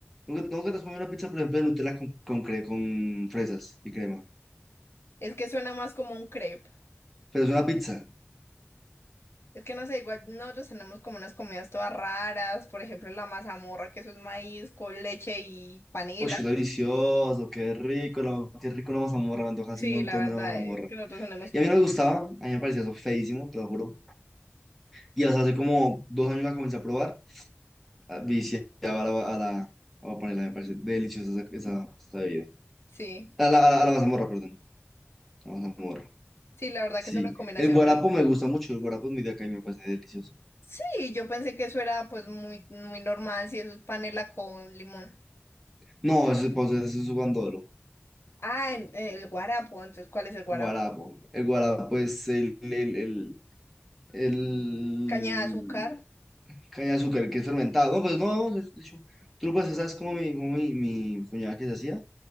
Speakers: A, in the centre; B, on the left.
A: Nunca, nunca te has comido una pizza, por ejemplo, de Nutella con, con, cre- con fresas y crema.
B: Es que suena más como un crepe.
A: Pero es una pizza.
B: Es que no sé, igual nosotros tenemos como unas comidas todas raras, por ejemplo, la mazamorra, que eso es maíz con leche y panela.
A: ¡Uy, delicioso! ¡Qué rico! La, qué rico la mazamorra. Me antoja hace
B: Sí,
A: un montón
B: la verdad
A: de una mazamorra.
B: es que nosotros tenemos
A: Y
B: comida.
A: a mí no me gustaba. A mí me parecía eso feísimo, te lo juro. Y hasta hace como dos años la comencé a probar. ah, Viciaba a la... A la voy a ponerla, me parece deliciosa esa, esa, esa bebida.
B: Sí,
A: A la, a la, a la mazamorra, perdón. La mazamorra.
B: sí, la verdad
A: Sí.
B: que es una combinación
A: El guarapo
B: rica.
A: me gusta mucho. El guarapo es muy de acá y me parece delicioso.
B: Sí, yo pensé que eso era pues muy, muy normal, si eso es panela con limón.
A: No, ese pues, ese es guandolo,
B: Ah, en- el guarapo, entonces, ¿cuál es el guarapo?
A: guarapo. El guarapo es el, el, el, el
B: Caña de azúcar.
A: caña de azúcar que es fermentado. No, pues no, de hecho, tú pues sabes como mi, como mi, mi cuñada que se hacía.